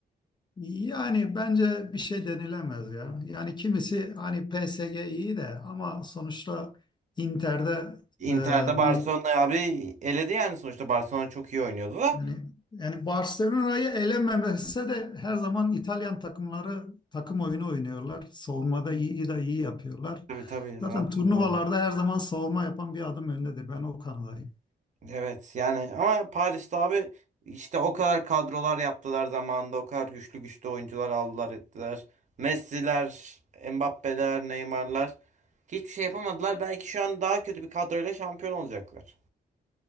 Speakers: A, on the left; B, on the right.
A: Yani bence bir şey denilemez ya. Yani kimisi hani PSG iyi de ama sonuçta Inter'de
B: Inter'de
A: e,
B: Barcelona
A: bir
B: abi eledi yani sonuçta Barcelona çok iyi oynuyordu da.
A: yani yani Barcelona'yı elememese de her zaman İtalyan takımları takım oyunu oynuyorlar. Savunmada iyi de iyi yapıyorlar.
B: Tabii tabii
A: Zaten
B: ya tabii
A: turnuvalarda
B: abi.
A: her zaman savunma yapan bir adım öndedir. Ben o kanadayım.
B: Evet yani ama Paris'te abi işte o kadar kadrolar yaptılar zamanında o kadar güçlü güçlü oyuncular aldılar ettiler. Messi'ler, Mbappe'ler, Neymar'lar hiçbir şey yapamadılar. Belki şu an daha kötü bir kadroyla şampiyon olacaklar.